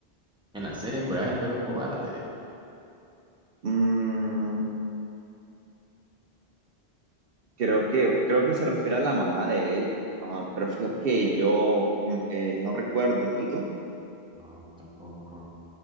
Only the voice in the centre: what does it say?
En la serie Coraje el perro Cobarde.
No, yo tampoco.